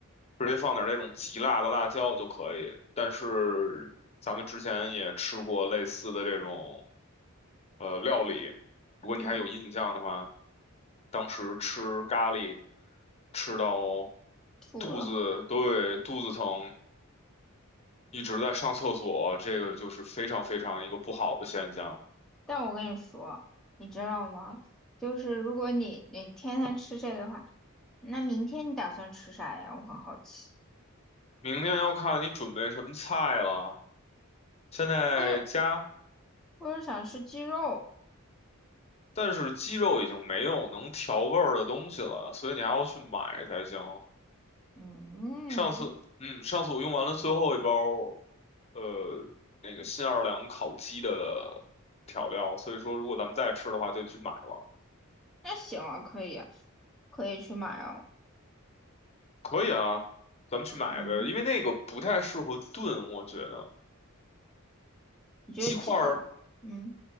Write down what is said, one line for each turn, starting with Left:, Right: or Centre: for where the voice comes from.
Left: 直接放点那种极辣的辣椒就可以。但是咱们之前也吃过类似的这种呃料理，如果你还有印象的话，
Centre: 嗯，
Left: 当时吃咖喱吃到
Centre: 吐了。
Left: 肚子，对，肚子疼，一直在上厕所，这个就是非常非常一个不好的现象。
Centre: 但我跟你说，你知道吗？就是如果你你天天吃这个的话，那明天你打算吃啥呀？我很好奇。
Left: 明天要看你准备什么菜了，现在加。
Centre: 我也我也想吃鸡肉。
Left: 但是鸡肉已经没有能调味儿的东西了，所以你还要去买才行。
Centre: 嗯，
Left: 上次，嗯，上次我用完了最后一包，呃，那个新奥尔良烤鸡的调料，所以说如果咱们再吃的话，就得去买了。
Centre: 那行啊，可以啊，可以去买哦。
Left: 可以啊，咱们去买呗，
Centre: 嗯，
Left: 因为那个不太适合炖，我觉得
Centre: 你觉得鸡腿儿？
Left: 鸡块儿，
Centre: 嗯，